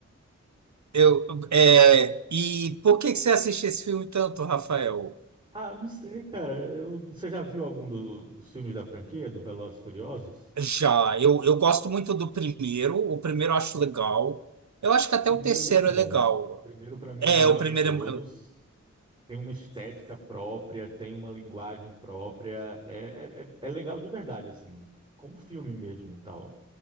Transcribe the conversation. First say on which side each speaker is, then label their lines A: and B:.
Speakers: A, on the right; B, on the right.
A: Eu, é, e por que que você assiste esse filme tanto, Rafael?
B: Ah, não sei, cara. Eu- você já viu algum do- dos filmes da franquia, do Velozes e Furiosos?
A: Já, eu, eu gosto muito do primeiro. O primeiro eu acho legal. Eu acho
B: O
A: que até
B: primeiro
A: o terceiro
B: é muito bom.
A: é legal.
B: O primeiro, pra mim,
A: É,
B: é o melhor
A: o primeiro.
B: de todos.
A: é-
B: tem uma estética própria, tem uma linguagem própria. É, é, é legal de verdade, assim, como filme mesmo, tal.